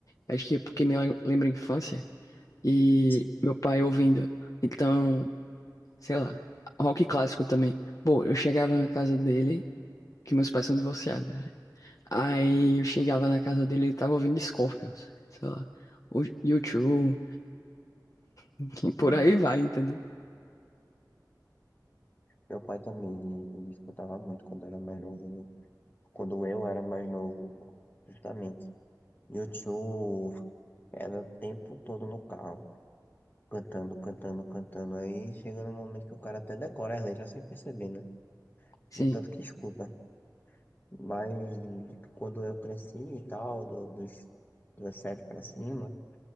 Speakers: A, on the left; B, on the left.
A: Acho que é porque me lem- lembra a infância. E
B: Sim.
A: meu pai ouvindo. Então, sei lá. Rock clássico também. Bom, eu chegava na casa dele, que meus pais são divorciados, né? Aí eu chegava na casa dele, ele tava ouvindo Scorpions, sei lá. O U2, e por
B: Nossa.
A: aí vai, entendeu?
B: Meu pai também, ele, ele escutava muito quando era mais novo, né? quando eu era mais novo, justamente. E o tio era o tempo todo no carro, cantando, cantando, cantando. Aí chegando no momento que o cara até decora as letras sem perceber, né?
A: Sim.
B: De tanto que escuta. Mas quando eu cresci e tal, do- dos 17 pra cima,